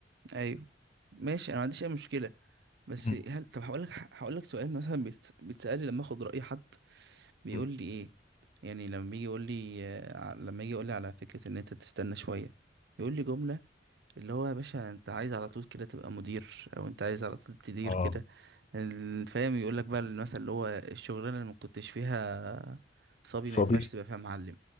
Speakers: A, on the right; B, on the left.
A: ايوه ماشي انا ما عنديش اي مشكلة بس
B: مم.
A: هل طب هقول لك هقول لك سؤال مثلا بيت... بيتسألي لما اخد رأي حد بيقول
B: مم.
A: لي ايه يعني لما بيجي يقول لي آه، لما يجي يقول لي على فكرة ان انت تستنى شوية يقول لي جملة اللي هو يا باشا انت عايز على طول كده تبقى مدير او انت عايز على طول تدير
B: اه
A: كده ال- فاهم يقول لك بقى المثل اللي هو الشغلانة اللي ما كنتش فيها صبي ما
B: صبي
A: ينفعش تبقى فيها معلم